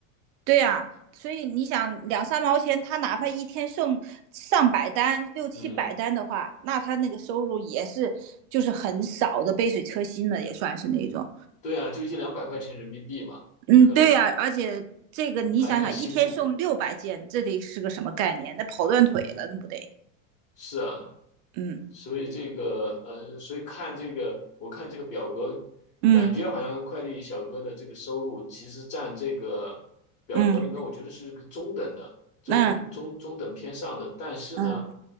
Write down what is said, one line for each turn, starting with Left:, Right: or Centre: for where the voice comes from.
Right: 对呀、所以你想两三毛钱，他哪怕一天送上百单、六七百单的话，
Left: 嗯，
Right: 那他那个收入也是就是很少的，杯水车薪的也算是那种。
Left: 对啊，就一两百块钱人民币嘛，
Right: 嗯，
Left: 可能
Right: 对呀、而且这个你想想，
Left: 还很辛苦。
Right: 一天送六百件，这得是个什么概念？那跑断腿了，那不得？
Left: 是啊，
Right: 嗯
Left: 所以这个呃，所以看这个，我看这个表格，
Right: 嗯
Left: 感觉好像快递小哥的这个收入其实占这个表格里面，
Right: 嗯，
Left: 我觉得是个中等的，中中中等偏上的。
Right: 那
Left: 但是呢，
Right: 嗯